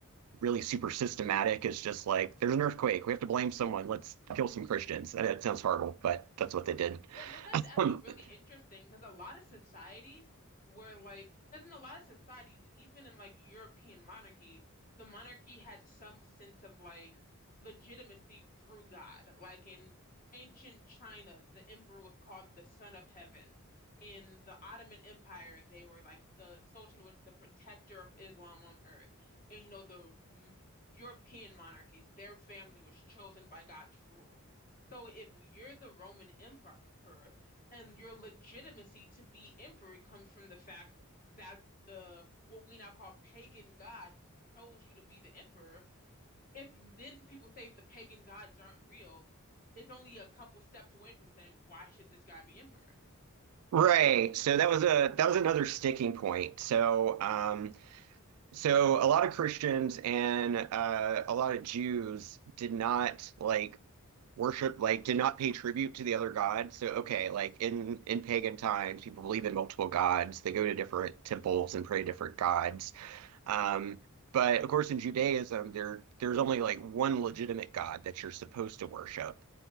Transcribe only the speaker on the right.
really super systematic. is just like there's an earthquake. We have to blame someone. Let's kill some Christians. And it sounds horrible, but that's what they did.
<laughs>
right. So that was a that was another sticking point. So um, so a lot of Christians and uh, a lot of Jews did not like worship like did not pay tribute to the other god so okay like in in pagan times people believe in multiple gods they go to different temples and pray to different gods Um, But of course, in Judaism, there there's only like one legitimate God that you're supposed to worship.